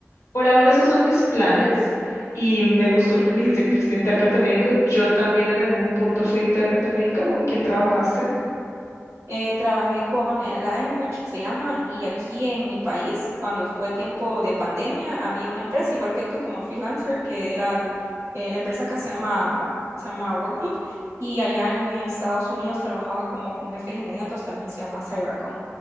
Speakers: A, on the left; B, on the right.
A: por ahora esos son mis planes. Y me gustó lo que me dijiste que fuiste intérprete médico. Yo también en algún punto fui intérprete médico. ¿Con quién trabajaste?
B: Eh, trabajé con eh, Lionbridge, se llama, y aquí en mi país, cuando fue tiempo de pandemia, había una empresa, igual que tú, como freelancer, que era, eh, la empresa acá se llama, bueno, se llama Workgroup, y allá en Estados Unidos trabajaba como con jefes inmediatos, también se llama Cyracom,